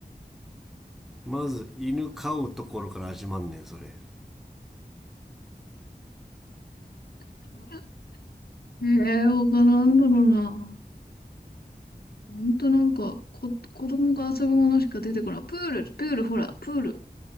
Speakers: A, in the centre; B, on the left.
A: まず犬飼うところから始まんねんそれ
B: <laughs> ええー他なんだろうな。ほんとなんか、こ、子供が遊ぶものしか出てこない。プール、プール、ほら、プール。